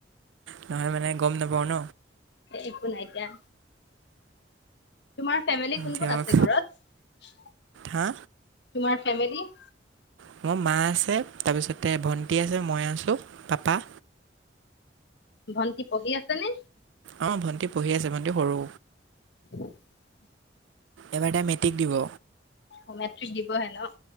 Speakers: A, on the right; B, on the left.
A: নহয় মানে গম নাপাওঁ ন?
B: একো নাই দিয়া। তোমাৰ ফেমিলি কোন
A: দিয়ক
B: কোন আছে ঘৰত?
A: হা
B: তোমাৰ ফেমিলি?
A: মোৰ মা আছে, তাৰপিছতে ভণ্টি আছে, মই আছো, পাপা
B: ভন্টি পঢ়ি আছে নে?
A: অ, ভণ্টি পঢ়ি আছে। ভণ্টি সৰু।
B: <inaudible>
A: এইবাৰ তাই মেট্ৰিক দিব।
B: অ, মেট্ৰিক দিব হে ন?